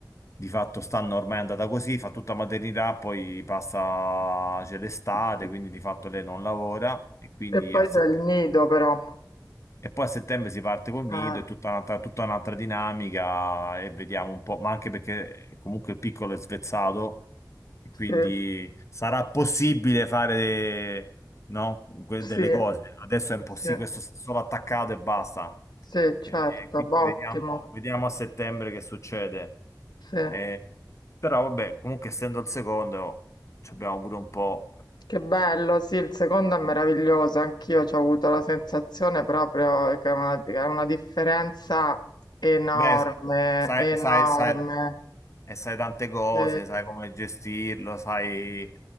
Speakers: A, on the left (about 40°); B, on the left (about 75°).
A: di fatto stanno ormai è andata così, fa tutta maternità, poi passa, c'è l'estate, quindi di fatto lei non lavora e quindi
B: poi
A: a settembre.
B: c'è il nido però.
A: E poi a settembre si parte col
B: Ah,
A: nido, è tutta un'altra tutta un'altra dinamica e vediamo un po', ma anche perché comunque il piccolo è svezzato e quindi
B: sì,
A: sarà possibile fare de- no, que-
B: sì,
A: delle cose. Adesso è impossibile,
B: sì,
A: questo è solo attaccato e basta.
B: sì, certo,
A: E quindi
B: ottimo,
A: vediamo, vediamo a settembre che succede.
B: sì.
A: Eh, però vabbè, comunque essendo il secondo, ci abbiamo pure un po'.
B: Che bello, sì, il secondo è meraviglioso, anch'io ci ho avuto la sensazione proprio che è una, che è una differenza enorme,
A: Beh, sai,
B: enorme.
A: sai, sai, e sai tante cose,
B: Sì.
A: sai come gestirlo, sai,